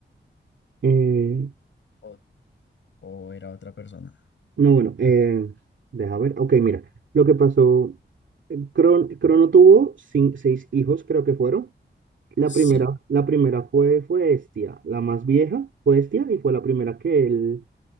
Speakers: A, on the right; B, on the left.
A: Eh,
B: o, o era otra persona.
A: no, bueno, eh, deja ver, ok, mira, lo que pasó, eh, Cron- Crono tuvo cin- seis hijos, creo que fueron. La
B: Sí,
A: primera, la primera fue, fue Hestia, la más vieja fue Hestia y fue la primera que él